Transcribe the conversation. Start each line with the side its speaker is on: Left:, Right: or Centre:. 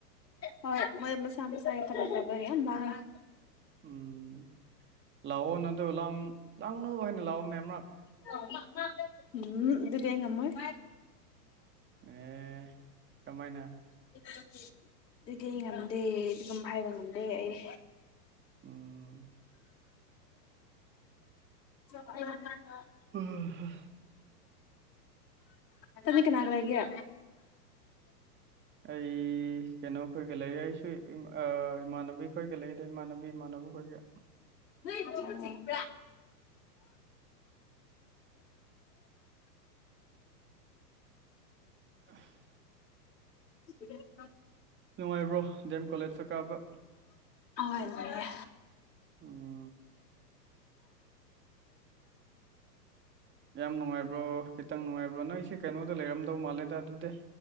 Left: ꯍꯣꯏ ꯃꯣꯏ ꯃꯁꯥ ꯃꯁꯥꯒꯤ ꯊꯕꯛ ꯇꯧꯕꯩ ꯌꯥꯝ ꯂꯥꯡꯑꯦ
Right: ꯎꯝ ꯂꯥꯛꯑꯣ ꯅꯗ ꯂꯥꯡ ꯂꯥꯡꯅꯧ ꯍꯥꯏꯅ ꯂꯥꯛꯑꯣꯅꯦ ꯑꯃꯛ
Left: <unintelligible> ꯎꯝ ꯑꯗꯨꯗꯤ ꯑꯩ ꯉꯝꯃꯣꯏ
Right: ꯑꯦ ꯀꯃꯥꯏꯅ
Left: <unintelligible> ꯑꯗꯨꯗꯤ ꯑꯩ ꯉꯝꯗꯦ ꯑꯗꯨꯒꯨꯝꯕ ꯍꯥꯏꯕ ꯉꯝꯗꯦ ꯑꯩ
Right: ꯎꯝ
Left: <inaudible>
Right: ꯑꯣ ꯍꯣꯏ
Left: ꯇꯅꯤꯀꯅꯒ ꯂꯩꯒ
Right: ꯑꯩ ꯀꯩꯅꯣ ꯈꯣꯏꯒ ꯂꯩ ꯑꯩꯁꯨ ꯏꯃꯥꯟꯅꯕꯤ ꯈꯣꯏꯒ ꯂꯩ ꯑꯗꯩ ꯏꯃꯥꯟꯅꯕꯤ ꯏꯃꯥꯟꯅꯕ ꯑꯩꯈꯣꯏꯒ
Left: ꯅ
Right: <unintelligible>
Left: ꯎ <inaudible>
Right: ꯅꯨꯡꯉꯥꯏꯕ꯭ꯔꯣ ꯗꯗꯤ ꯑꯦꯝ ꯀꯣꯂꯦꯖ ꯆ ꯀꯥꯕ
Left: ꯍꯣꯏ ꯂꯩꯌꯦ
Right: ꯑꯣ <inaudible> ꯌꯥꯝ ꯅꯨꯡꯉꯥꯏꯕ꯭ꯔꯣ ꯈꯤꯇꯪ ꯅꯨꯡꯉꯥꯏꯕ꯭ꯔꯣ ꯅꯣꯏ ꯑꯩꯁꯦ ꯀꯩꯅꯣꯗ ꯂꯩꯔꯝꯗꯧ ꯃꯥꯜꯂꯦꯗ ꯑꯗꯨꯗꯤ